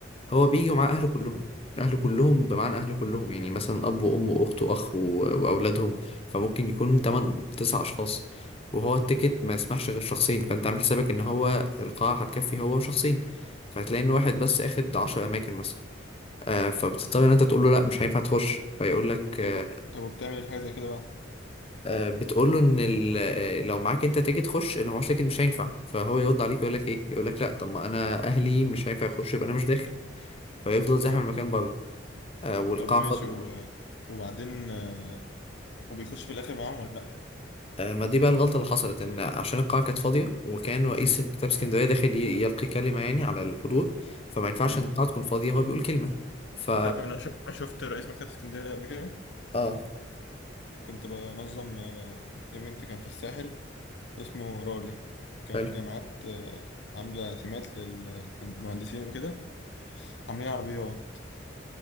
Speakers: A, on the left; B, on the left.
A: هو بيجي ومعاه أهله كلهم اهله كلهم بمعنى اهله كلهم يعني مثلا اب وام واخت واخ و- واولادهم فممكن يكون 8 9 اشخاص وهو التيكت ما يسمحش غير شخصين فانت عامل حسابك ان هو القاعة هتكفي هو شخصين فهتلاقي ان واحد بس اخد 10 اماكن مثلا آه فبتضطر ان انت تقول له لا مش هينفع تخش فيقول لك آه
B: طب و- طب وبتعمل إيه في حاجه زي كده بقى
A: آه، بتقول له ان ال- آه، لو معاك انت تيكت خش لو معاش تيكت مش هينفع فهو يرد عليك يقول لك ايه يقول لك لا طب ما انا اهلي مش هينفع يخش يبقى انا مش داخل فيفضل زاحم المكان بره آه والقاعة
B: طب ماشي
A: فاضية
B: و... وبعدين آه، وبيخش في الاخر معاهم ولا لا
A: آه، ما دي بقى الغلطة اللي حصلت إن عشان القاعة كانت فاضية وكان رئيس
B: امم
A: مكتبة اسكندرية داخل ي- يلقي كلمة يعني على الحضور فما ينفعش
B: امم
A: إن القاعة تكون فاضية هو بيقول كلمة ف
B: تعرف انا شو- شفت رئيس مكتبه اسكندريه ده قبل كده
A: آه
B: كنت بنظم ايفنت كان في الساحل اسمه رالي كان
A: حلو
B: الجامعات آه، عامله تيمات للمهندسين وكده عاملين عربيات